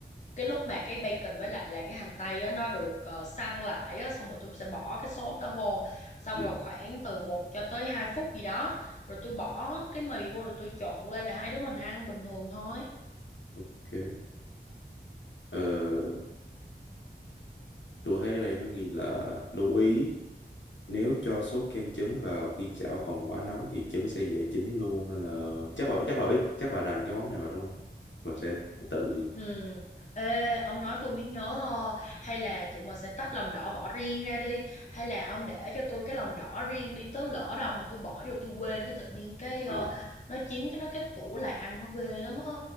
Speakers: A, on the left; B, on the left.
A: cái lúc mà cái bacon với lại là cái hành tây á, nó được ờ, săn lại á, xong rồi tôi sẽ bỏ cái sốt đó vô xong
B: Ừ,
A: rồi khoảng từ một cho tới 2 phút gì đó rồi tôi bỏ cái mì vô rồi tôi trộn lên là hai đứa mình ăn bình thường thôi
B: ok. Ờ, tôi thấy ở đây nó ghi là lưu ý, nếu cho sốt kem trứng vào khi chảo còn quá nóng thì trứng sẽ dễ chín luôn, nên là chắc bà, chắc bà biết, chắc bà rành cái món này mà đúng không? Bà sẽ tự,
A: ừ Ê, ông nói tôi mới nhớ ờ, hay là tụi mình sẽ tách lòng đỏ bỏ riêng ra đi hay là ông để cho tôi cái lòng đỏ riêng đi tới lỡ đâu mà tôi bỏ vô tôi quên cái tự nhiên cái ờ,
B: à,
A: nó chín cái nó kết tủ lại ăn nó ghê lắm á